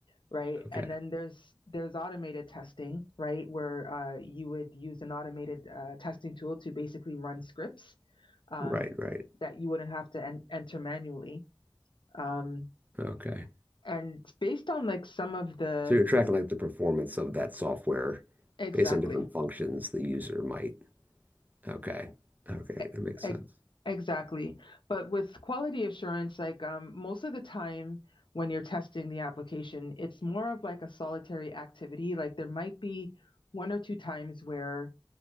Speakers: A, on the left; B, on the right.
A: right?
B: Okay.
A: And then there's there's automated testing, right, where uh, you would use an automated uh, testing tool to basically run scripts um,
B: Right. Right.
A: that you wouldn't have to en- enter manually. Um,
B: Okay.
A: and based on like some of the
B: So you're tracking like the performance of that software
A: exactly
B: based on different functions the user might. Okay. Okay.
A: E-
B: That makes sense.
A: e-, Exactly. But with quality assurance, like um, most of the time when you're testing the application, it's more of like a solitary activity. Like there might be one or two times where